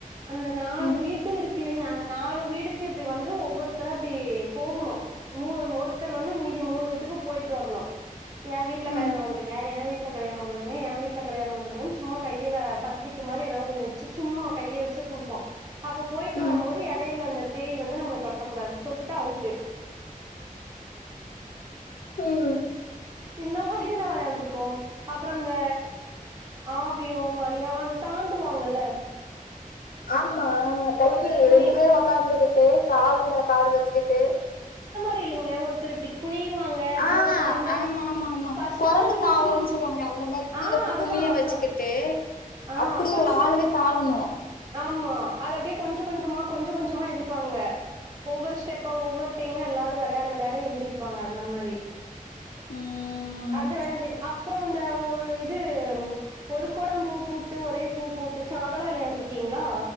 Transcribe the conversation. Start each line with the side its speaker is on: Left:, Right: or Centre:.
Right: அந்த நாலு
Left: ம்
Right: வீட்டுருக் டுலிங்க அந்த நாலு வீடுக்கு இப்டி வந்து ஒவ்வொருத்தரா இப்டி போகணு மூ ஒருத்தர் வந்து மீதி மூணு வீட்டுக்கு போயிட்டு வர்ணு ஏ வீட்ல
Left: ம்
Right: கல்யாணொ வந்துருங்க ஏ வீட் ட்ல கல்யாணொ வந்துருங்க ஏ வீட்ல கல்யாணொ வந்துருங்கன் சும்மா கையில பத்ரிக்க மாரி எதாவது ஒன்னு வச் சு சும்மா கைய வச்சு குடுப்போ அப்ப போயிட்டு
Left: ம் ம்
Right: வரும்போது எடையில அந்த பேய் வந்து நம்மள தொட்ரக்கூடாது தொட்டுட்டா அவுட்டு்
Left: உம்
Right: இந்த மாரில்லா வெளயாண்ட்ருக்கோம் அப்ற அந்த ஆவியு மணியு அந்த தாண்டுவாங்கல்ல
Left: ஆம் மா தள்ளி
Right: ஒருத்தர் குனி
Left: ரெண்டு பேரு ஒக்காந்துக்கிட்டு கால் மேல கால் வச்சுகிட்டு
Right: ரி இல்லெங்க ஒருத்தர் இப்டி குனிவாங்க
Left: ஆ
Right: தூரமா இருந்து
Left: ஆமாமாமா
Right: ஃபர்ஸ்ட்
Left: கொரங்கு
Right: கொஞ்ச கொஞ்சமா
Left: தாவுறன் சொல்லுவாங்லெ அந்த மாரி
Right: ஆ
Left: கீழ
Right: அதுதா
Left: குமிய
Right: அதுதா
Left: வச்சுகிட்டு
Right: ஆ
Left: அப்புடி
Right: கொஞ்ச
Left: ஒரு ஆளுவெ தாவுணு
Right: ஆமா அது அப்டியே கொஞ்ச கொஞ்சமா கொஞ்ச கொஞ்சமா எந்திரிப்பாங்க ஒவ்வொரு ஸ்டெப்பா ஒவ்வொரு டைம் எல்லாரு வெளையாட வெளையாட எந்திரிப்பாங்க அந்த மாரி
Left: ம்
Right: அந்த வெளையான்ரிங் அப் புறோ இந்த ஒரு இது ஒரு கொடம் பூ பூத்து ஒரே பூ பூத்துச்சா அதலா வெளயாண்ருக்கீங்ளா